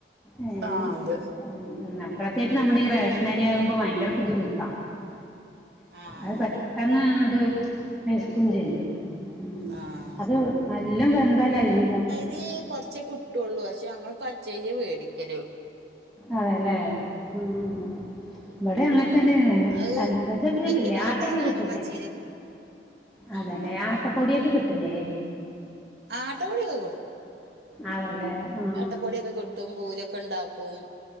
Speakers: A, in the centre; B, on the right.
A: ഏഹ്
B: ആഹ് അത്
A: പ്രത്യേക്ച്ച് നമ്മടെ ഈ റേഷ നരിയാകുമ്പോ ഭയങ്കര ബുദ്ധിമുട്ടാ
B: ആഹ്
A: അത് പെട്ടെന്ന്ങ്ങട് വെശ്‌ക്കുംചെയ്യും ഉം
B: ആഹ്
A: അത് നല്ലംവെന്താലയ്രീംചട്ട
B: രീ കൊറ്ച്ചേ കിട്ടൊള്ളൂ പക്ഷെയങ്ങള് പച്ചയ്രിയ വേടിക്കല്
A: അതെലേ ഉഹ് ഉഹ് ഇവ്ടെങ്ങനതന്നെയാണ്
B: അത്
A: എഹ് ഇതൊക്കെ
B: വല്യ
A: കിട്ടില്ലേ
B: കാർഡായ
A: ആട്ടെക്കെ
B: കാരണം
A: കിട്ടില്ലേ?
B: പച്ചരി
A: അതല്ലേ
B: ഉം
A: ആട്ടപ്പൊടിയൊക്കെ കിട്ട്ല്ലേ?
B: ആട്ടപ്പൊടിയൊക്കെ
A: അതല്ലേ ആഹ്
B: അട്ടപ്പൊടിയൊക്കെ കിട്ടും പൂരിയൊക്കെണ്ടാക്കും